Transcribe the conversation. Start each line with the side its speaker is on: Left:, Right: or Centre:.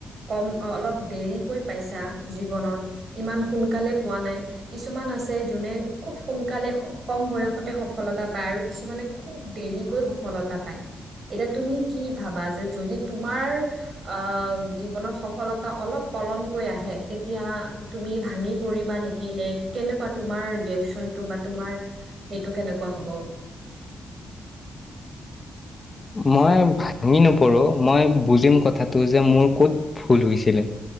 Right: কম অলপ দেৰিকৈ পাইছা জীৱনত ইমান সোনকালে পোৱা নাই কিছুমান কিছুমান আছে জোনে খুব সোনকালে খুব কম বয়শতে স সফলতা পায় আৰু কিছুমানে খুব দেৰিকৈ সফলতা পায় এতিয়া তুমি কি ভাবা যে যদি তোমাৰ অ জীৱনত সফলতা অলপ পলমকৈ আহে তেতিয়া তুমি ভাঙি পৰিবা নেকি নে কেনেকুৱা তোমাৰ ৰিয়েকচন টো বা তোমাৰ সেইটো কেনেকুৱা কোঁৱা হ'ব
Left: মই ভাঙি নপৰোঁ মই বুজিম কথাটো যে মোৰ ক'ত ভুল হৈছিলে